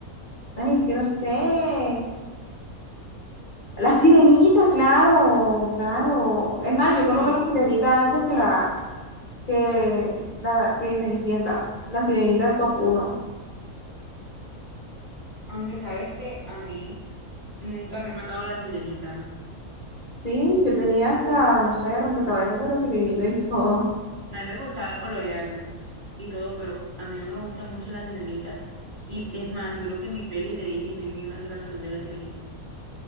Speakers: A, on the left (about 40°); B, on the right (about 40°).
A: Ay, es que no sé. La sirenita, claro, claro. Es más, yo coloco
B: Ay,
A: la sirenita antes que la que la que Cenicienta. La sirenita top uno,
B: aunque sabes que a mí nunca me ha matado la sirenita.
A: Sí, yo tenía hasta, no sé, rompecabezas de la sirenita y <laughs> todo.
B: A mí me gustaba colorearla. y todo, pero a mí no me gusta mucho La Sirenita. Y es más, yo creo que en mi playlist de Disney no hay ni una sola canción de La Sirenita.